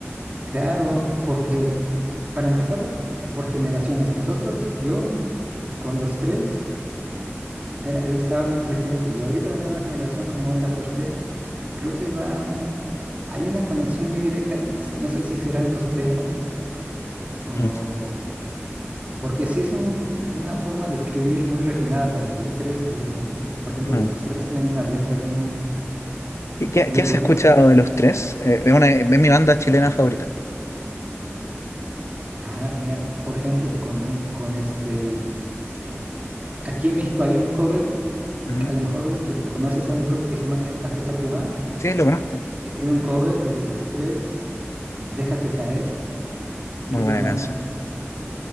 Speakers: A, on the right (about 35°); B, on the left (about 85°).
A: Claro, porque para empezar, por generaciones, nosotros, yo, con los tres, era, estaba muy presente y ahorita la nueva generación con Mon Laferte, creo que va, hay una conexión muy directa, n- s- no sé si serán dos temas o...
B: Mm,
A: Porque sí es un- una forma de escribir muy refinada la de los tres, pues, ¿no? Por ejemplo,
B: mm.
A: con los tres tienen unas letras muy,
B: ¿Qué, qué-
A: muy
B: qué
A: buenas.
B: has escuchado de los tres? Eh, es una, es mi banda chilena favorita.
A: Ah, mira, por ejemplo, con, un- con este... Aquí en México hay un cover,
B: Ujú.
A: a lo mejor este, lo- conoces a un grupo que se llama Ca- Café Tacuba,
B: Sí, lo conozco.
A: que tiene un cover de los tres, Déjate caer,
B: Muy
A: que es
B: buena
A: lo más.
B: canción.